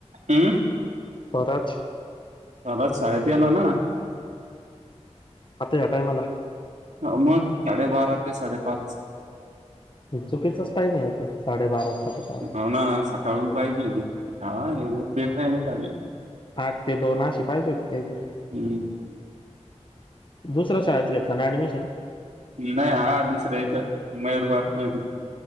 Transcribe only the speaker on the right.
हमं
ला शाळेत तेया ला ना
ह मग साडेबारा ते साडेपाच
हो ना सकाळून पाहिजे होती हा येव बे टायमली
हम्म
नाही हा दुसरं इथं मयूर पार्क मध्ये